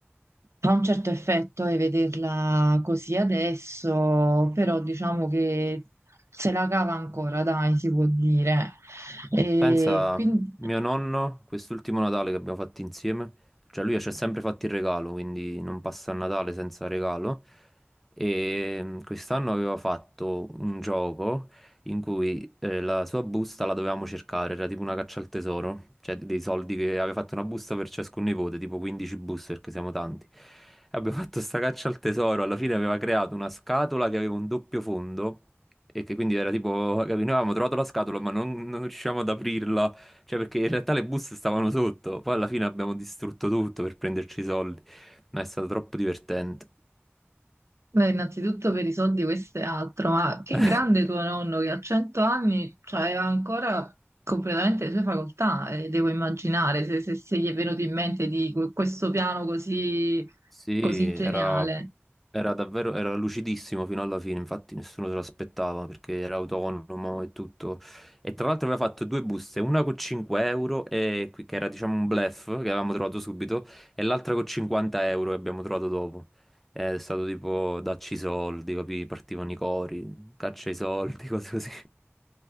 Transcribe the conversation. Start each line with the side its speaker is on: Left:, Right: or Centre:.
Right: fa un certo effetto e vederla così adesso, però diciamo che se la cava ancora, dai, si può dire. E
Centre: Pensa,
Right: quindi,
Centre: mio nonno, quest'ultimo Natale che abbiamo fatto insieme, cioè lui ci ha sempre fatto il regalo, quindi non passa il Natale senza regalo. E mm, quest'anno aveva fatto un gioco in cui eh, la sua busta la dovevamo cercare, era tipo una caccia al tesoro, cioè dei soldi che aveva fatto una busta per ciascun nipote, tipo 15 buste perché siamo tanti. E abbiamo fatto sta caccia al tesoro, alla fine aveva creato una scatola che aveva un doppio fondo. E che quindi era tipo, <laughs> capi, noi avevamo trovato la scatola ma non, non riuscivamo ad aprirla, cioè perché in realtà le buste stavano sotto, poi alla fine abbiamo distrutto tutto per prenderci i soldi, ma è stato troppo divertente.
Right: beh, innanzitutto per i soldi questo è altro, ma che
Centre: <laughs>
Right: grande tuo nonno che a 100 anni cioè, aveva ancora completamente le sue facoltà, eh, devo immaginare, se, se, se gli è venuto in mente di que- questo piano così
Centre: Sì,
Right: così geniale.
Centre: era, era davvero, era lucidissimo fino alla fine, infatti nessuno se l'aspettava perché era autonomo e tutto. E tra l'altro aveva fatto due buste, una con 5 euro, e qui- che era diciamo un bluff che avevamo trovato subito, e l'altra con 50 euro che abbiamo trovato dopo. È stato tipo dacci i soldi, capì? Partivano i cori, caccia i soldi, <laughs> cose così.